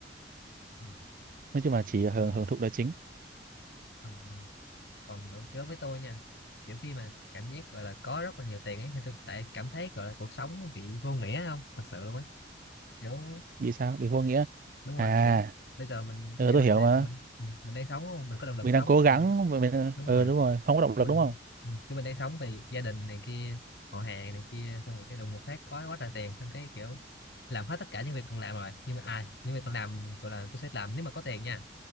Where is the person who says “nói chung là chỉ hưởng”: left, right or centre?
Right